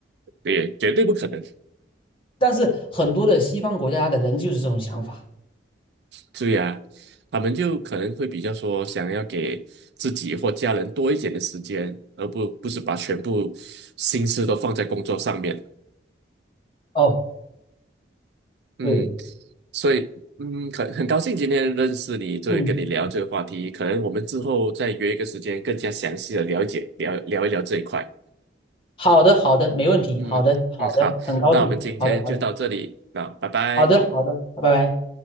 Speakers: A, on the right; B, on the left.
A: 对，绝对不可能，
B: 但是很多的西方国家的人就是这种想法。
A: 对呀、他们就可能会比较说想要给自己或家人多一点的时间，而不不是把全部心思都放在工作上面。
B: 哦，
A: 嗯，
B: 对，
A: 所以嗯，很很高兴今天认识你，这跟你聊这个话题，
B: 嗯，
A: 可能我们之后再约一个时间，更加详细的了解聊聊一聊这一块。
B: 好的，好的，没问题，
A: 嗯嗯，
B: 好的，好的，
A: 好，
B: 很高兴，
A: 那我们今天就到这里，
B: 好的，好的，
A: 啊，拜拜。
B: 好的，好的，拜拜。